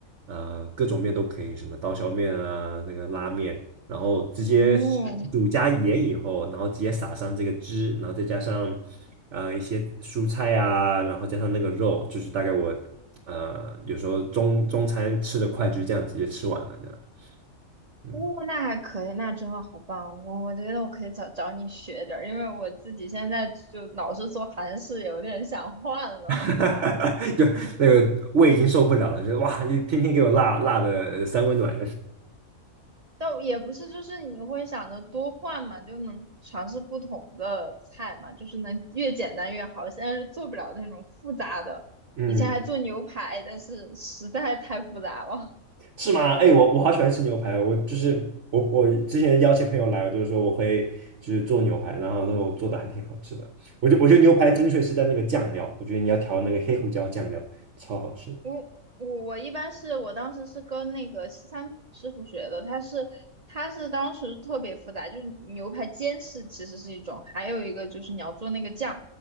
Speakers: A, on the right (about 60°); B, on the right (about 40°).
A: 呃各种面都可以，什么刀削面啊，那个拉面，然后直接
B: 哦，
A: 煮加盐以后，然后直接撒上这个汁，然后再加上呃一些蔬菜啊，然后加上那个肉，就是大概我呃有时候中中餐吃的快，就是这样直接吃完了这样。嗯，
B: 哦，那还可以，那真的好棒！我我觉得我可以找找你学点儿，因为我自己现在就老是做韩式，有点想换了。
A: <laughs>
B: <laughs>
A: 就那个胃已经受不了了，就是哇，你天天给我辣辣的呃三温暖，
B: 但也不是，就是你会想着多换嘛，就能尝试不同的菜嘛，就是能越简单越好。现在是做不了那种复杂的，
A: <laughs> 嗯，
B: 以前还做牛排，但是实在太复杂了。
A: 是吗？哎，我我好喜欢吃牛排，我就是我我之前邀请朋友来，我就是说我会就是做牛排，然后那种做的还挺好吃的。我觉得我觉得牛排精髓是在那个酱料，我觉得你要调那个黑胡椒酱料，超好吃。
B: 我我我一般是我当时是跟那个西餐师傅学的，他是他是当时特别复杂，就是牛排煎是其实是一种，还有一个就是你要做那个酱，